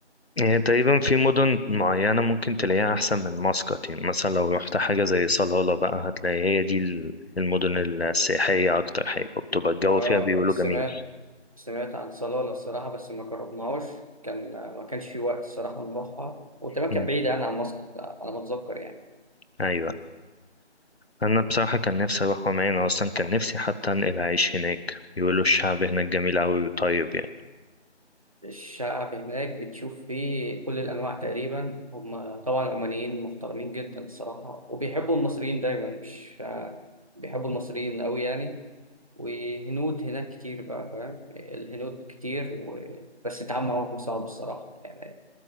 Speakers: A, on the left; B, on the right.
A: يعني تقريبا في مدن معينة ممكن تلاقيها أحسن من مسقط يعني مثلا لو رحت حاجة زي صلالة بقى هتلاقي هي دي ال- المدن السياحية أكتر حاجة وبتبقى الجو
B: آه
A: فيها بيقولوا
B: سمعت
A: جميل
B: سمعت عن صلالة الصراحة بس ما جربناهاش كان ما كانش في وقت الصراحة نروحها وكمان
A: مم.
B: كانت بعيدة يعني عن مسقط على ما أتذكر يعني
A: أيوة أنا بصراحة كان نفسي أروح عمان أنا أصلا كان نفسي حتى أنقل أعيش هناك بيقولوا الشعب هناك جميل أوي وطيب يعني
B: الشعب هناك بتشوف فيه كل الأنواع تقريبا هم طبعا العمانيين محترمين جدا الصراحة وبيحبوا المصريين دايما مش آه، بيحبوا المصريين أوي يعني وهنود هناك كتير بقى فاهم الهنود كتير و... بس التعامل معاهم صعب الصراحة يعني